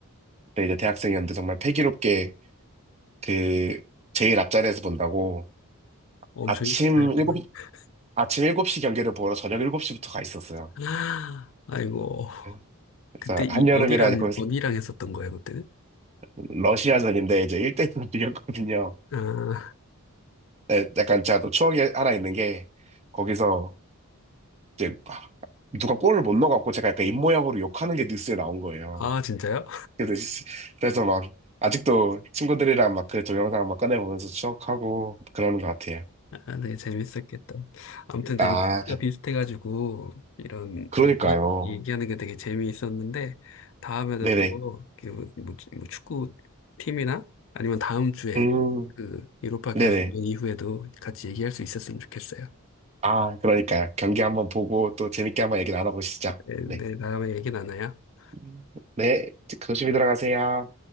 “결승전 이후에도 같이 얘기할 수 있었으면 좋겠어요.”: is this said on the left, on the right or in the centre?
Left